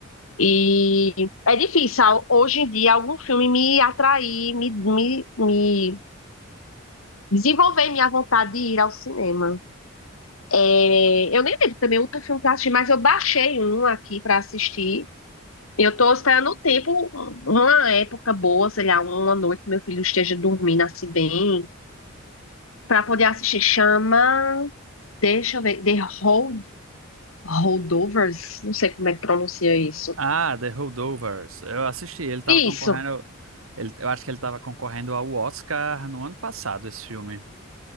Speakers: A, on the left; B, on the right.
A: E é difícil ao- hoje em dia algum filme me atrair, me, me, me desenvolver minha vontade de ir ao cinema. É, eu nem lembro também outro filme que eu assisti, mas eu baixei um aqui para assistir. Eu estou esperando o tempo, uma época boa, sei lá, uma noite que meu filho esteja dormindo assim bem, para poder assistir. Chama, deixa eu ver, The Hold, Holdovers, não sei como é que pronuncia isso.
B: Ah, The Holdovers. Eu assisti, ele estava concorrendo.
A: Isso,
B: ele- eu acho que ele estava concorrendo ao Oscar no ano passado, esse filme.